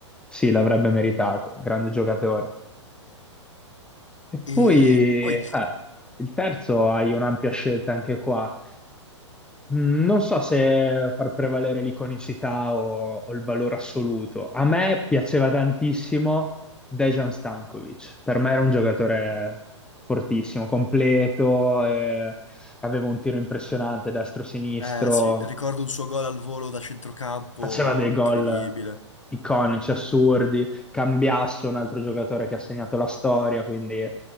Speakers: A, in the centre; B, on the left.
A: sì, l'avrebbe meritato, grande giocatore. E
B: E
A: poi eh,
B: poi il
A: il terzo hai un'ampia scelta anche qua. Mm, Non so se far prevalere l'iconicità o, o il valore assoluto. A me piaceva tantissimo Dejan Stankovic. Per me era un giocatore fortissimo, completo, eh, aveva un tiro impressionante destro-sinistro
B: Eh sì, ricordo un suo gol al volo da centrocampo,
A: faceva dei gol
B: incredibile.
A: iconici, assurdi, Cambiasso, un altro giocatore che ha segnato la storia, quindi